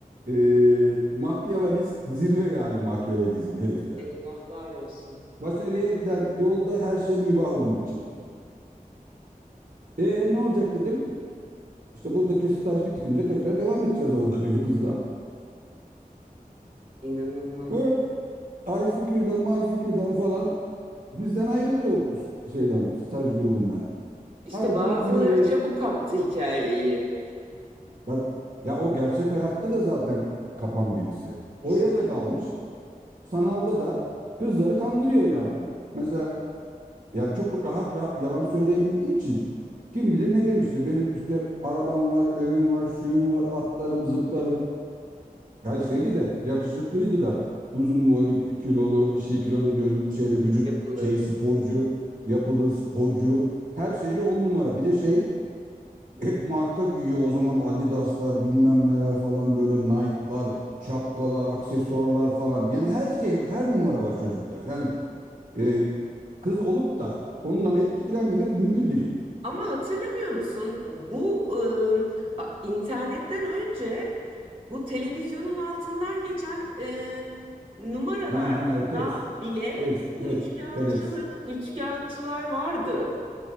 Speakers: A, on the right; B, on the right.
A: e, Makyavelist zirve yani Makyavelizm herifte.
B: eyvahlar olsun.
A: Başarıya giden yolda her şey mübah onun için. E ne olacak dedim. İşte buradaki staj bitince tekrar devam edeceğiz orada diyor kızla.
B: İnanılmaz.
A: Böyle ICQ'dan, MyCQ'dan falan bizden ayrıldı o şeyden, staj grubundan.
B: İşte
A: Her gün
B: bazıları
A: birileri
B: çabuk kaptı hikayeyi.
A: Bak, ya o gerçek hayatta da zaten kapan birisi.
B: İşte
A: Oraya da dalmış. Sanalda da kızları kandırıyor yani. Mesela ya çok rahat, ra- yalan söyleyebildiği için kim bilir ne demiştir. Benim işte arabam var, evim var, şuyum var, atlarım, zıplarım. Ya şeydi de yakışıklıydı da uzun boylu, k- kilolu, şey kilolu diyorum şeyle vücut
B: yapılı.
A: şeyi sporcu, yapılı sporcu her şeyle on numara. Bir de şey hep marka güyüyor o zaman Adidas'lar bilmem neler falan böyle Nike'lar, şapkalar, aksesuarlar falan. Yani her şey her numara var çocukta. Yani e, kız olup da ondan etkilenmemek mümkün değil.
B: Ama hatırlamıyor musun? Bu e, a- internetten önce bu televizyonun altından geçen e, numaralarda
A: Ne Tex,
B: bile
A: Tex,
B: bu
A: te,
B: üçkağıtçılık,
A: Telex.
B: üçkağıtçılar vardı.